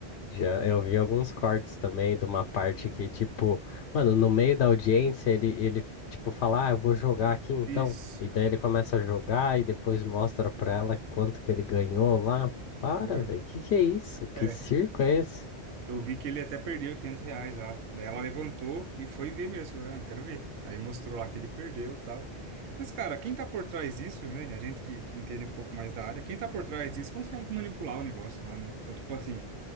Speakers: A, on the left; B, on the right.
A: Já eu vi alguns cortes também de uma parte que, tipo, mano, no meio da audiência ele, ele tipo, fala, ah, eu vou jogar aqui então.
B: Isso,
A: E daí ele começa a jogar e depois mostra pra ela quanto que ele ganhou lá. Para,
B: foi.
A: velho, que que é isso?
B: é
A: Que circo é esse?
B: Eu vi que ele até perdeu 500 reais lá. Daí ela levantou e foi ver mesmo. Eu não quero ver. Aí mostrou lá que ele perdeu e tal. Mas, cara, quem tá por trás disso, né? A gente que, que entende um pouco mais da área, quem tá por trás disso consegue manipular o negócio lá, né? Então, tipo assim,